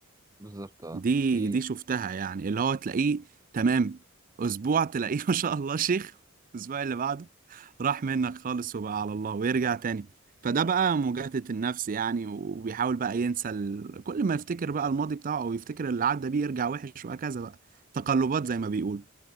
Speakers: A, on the right (about 15°); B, on the right (about 40°).
A: بالظبط آه.
B: دي
A: في
B: دي شفتها يعني اللي هو تلاقيه تمام اسبوع تلاقيه <laughs> ما شاء الله شيخ الاسبوع اللي بعده راح منك خالص وبقى على الله ويرجع تاني فده بقى مجاهدة النفس يعني وبيحاول بقى ينسى ال... كل ما يفتكر بقى الماضي بتاعه او يفتكر اللي عدى بيه يرجع وحش وهكذا بقى تقلبات زي ما بيقول